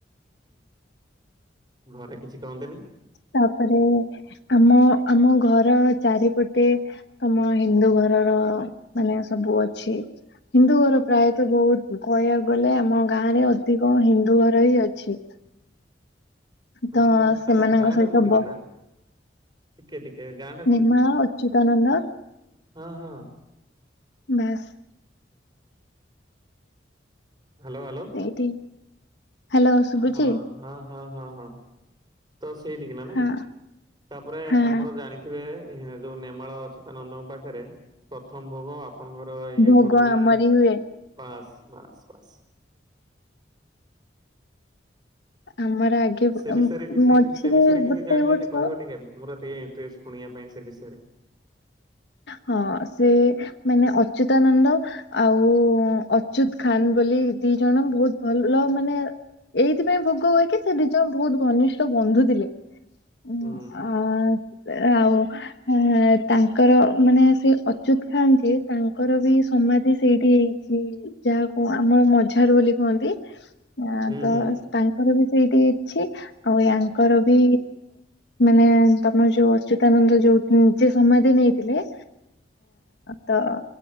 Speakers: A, on the right; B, on the left.
A: ଘରେ କିଛି କହନ୍ତିନି।
B: ତାପରେ ଆମ, ଆମ ଘର ଚାରିପଟେ। ତମ ହିନ୍ଦୁ ଘରର ମାନେ ସବୁ ଅଛି। ହିନ୍ଦୁ ଘର ପ୍ରାୟତ ବହୁତ କହିବାକୁ ଗଲେ ଆମ ଗାଁ ରେ ଅଧିକ ହିନ୍ଦୁ ଘର ହିଁ ଅଛି।
A: ଆଚ୍ଛା
B: ତ
A: ତାହେଲେ
B: ସେମାନଙ୍କ
A: ଗାଁ
B: ସହିତ
A: ଟା କୋଉଠି
B: ବ
A: କି ନା ଟିକେ ଟିକେ ଗାଁ ଟା କୋଉଠି
B: ନେମାଳ
A: କି ନା
B: ଅଚ୍ୟୁତା ନନ୍ଦ।
A: ହଁ ହଁ।
B: ବାସ୍।
A: Hello hello.
B: ସେଇଠି। ହ୍ୟାଲୋ ଶୁଭୁଛି
A: ଆ ହଁ, ହଁ, ହଁ, ହଁ, ହଁ। ତ ସେଇଠି କିନା ନାଇଁ
B: ହଁ
A: ତାପରେ
B: ହଁ
A: ଆମର ଜାଣି। ଥିବେ‌ ହେଁ ଯୋଉ ନେମାଳ ଅଚୁତା ନନ୍ଦଙ୍କ ପାଖରେ ପ୍ରଥମ ଭୋଗ ଅପ ଆପଣଙ୍କର ଇଏ
B: ଭୋଗ
A: ଘରୁ ହିଁ
B: ଆମରି ହୁଏ।
A: ବାସ୍ ବାସ୍ ବାସ୍।
B: ଆମର ଆଗେ
A: ସେ ବିଷୟରେ କିଛି
B: ମଝିରେ
A: ସେ ବିଷୟରେ କିଛି
B: ଗୋଟେ
A: ଜାଣିଛନ୍ତି
B: ବର୍ଷ
A: କହିବ ଟିକେ ମୋର ଟିକେ ଇଣ୍ଟରେଷ୍ଟ ଶୁଣିବା ପାଇଁ ସେ ବିଷୟରେ।
B: ହଁ ସେ ମାନେ ଅଚ୍ୟୁତାନନ୍ଦ। ଆଉ ଅଚ୍ୟୁତ ଖାନ୍ ବୋଲି ଦି ଜଣ ବହୁତ ଭଲ ମାନେ। ଏଇଥିପାଇଁ ଭୋକ ହୁଏ କି ସେ ଦିଜଣ ବହୁତ ଘନିଷ୍ଠ ବନ୍ଧୁ ଥିଲେ। ହ,
A: ହୁଁ
B: ଆ, ଆଉ ତାଙ୍କ ତାଙ୍କର ମାନେ ସେ ଅଚ୍ୟୁତ ଖାନ୍ ଯିଏ ଯେ ତାଙ୍କର ବି ସମାଧି ସେଇଠି ସେ ଯାହାକୁ ଆମ ମଝାରୁ ବୋଲି କୁହନ୍ତି। ଆ
A: ହୁଁ
B: ତ
A: ହୁଁ
B: ତାଙ୍କର ବି ସେଇଠି ଅଛି। ଆଉ ୟାଙ୍କର ବି ମାନେ ତମେ ଯୋଉ ଅଚ୍ୟୁତାନନ୍ଦ ଯୋଉ ନିଜେ ସମାଧି ନେଇଚି। ଥିଲେ, ତ